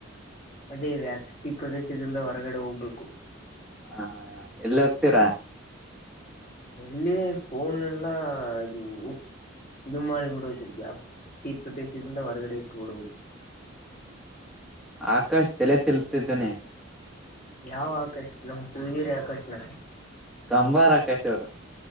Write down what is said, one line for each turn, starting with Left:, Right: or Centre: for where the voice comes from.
Left: ಅದೇ ವ್ಯಾಪ್ತಿ ಪ್ರದೇಶದಿಂದ ಹೊರಗಡೆ ಹೋಗ್ಬೇಕು.
Centre: ಹಾ ಎಲ್ಲಿ ಹೋಗ್ತೀರಾ.
Left: ಎಲ್ಲಿ ಪೋನು ಈಲ್ಲಾ ಅದು. ಇದು ಮಾಡಿಬಿಡುದು ವ್ಯಾಪ್ತಿ ಪ್ರದೇಶದಿಂದ ಹೊರಗಡೆ ಇಟ್ಟುಬಿಡುವುದು.
Centre: <inaudible> ಆಕಾಶ್ ತೆಲೆ ತಿಳತ್ತಿದ್ದಾನೆ.
Left: ಯಾವ್ ಆಕಾಶ ನಮ್ಮ <unintelligible> ಆಕಾಶನ.
Centre: ಕಂಬಾರ ಆಕಾಶ್ ಅವರು